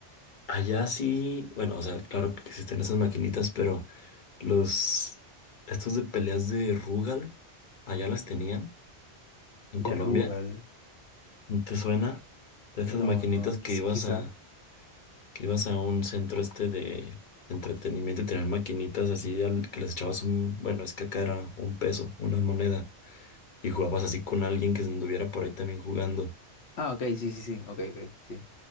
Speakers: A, on the left (about 45°); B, on the left (about 70°).
A: allá sí, bueno, o sea, claro que existen esas maquinitas, pero los, estos de peleas de Rugal, allá las tenían en Colombia.
B: De Rugal,
A: ¿No ¿Te suena? De estas
B: no,
A: maquinitas
B: no, quiz-
A: que ibas
B: quizá.
A: a, que ibas a un centro este de, entretenimiento y tenían maquinitas así al que les echabas un, bueno, es que acá era un peso, una moneda, y jugabas así con alguien que anduviera por ahí también jugando.
B: Ah, ok, sí, sí, sí, ok, ok, sí,